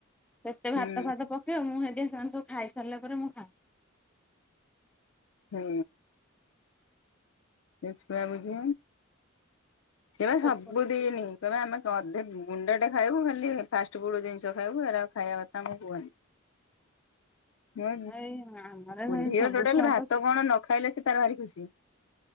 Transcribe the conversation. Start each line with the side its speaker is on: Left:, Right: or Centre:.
Centre: କେତେ
Left: ହୁଁ
Centre: ଭାତ ଫାତ ମୁଁ ସେଇି ସାଙ୍ଗ ସୁ ଖାଇ ସାରିଲା ପରେ ମୁଁ ଖା
Left: ହୁଁ। ସେ ଛୁଆ ବୁଝି ସେ
Centre: ଖାଏ।
Left: ବା ସବୁ ଦିନି। କେ ଆମେ ଅଧେ ଗୁଣ୍ଡା ଟେ ଖାଇବୁ ଖାଲି ଫାଷ୍ଟ ଫୁଡ ଜିନିଷ ଖାଇବୁ ଏରା ଖାଇବା କଥା ଆମକୁ କୁହନି।
Centre: <unintelligible>
Left: ମଁ
Centre: ଏଇ ଆମର
Left: ପୁଝ
Centre: ଭାଇ ସବୁ
Left: ଟୋଟାଲ
Centre: ଛୁଆ
Left: ଭାତ
Centre: ତ
Left: କଣ ନ ଖାଇଲେ ସେ ତାର ଭାରି ଖୁସି।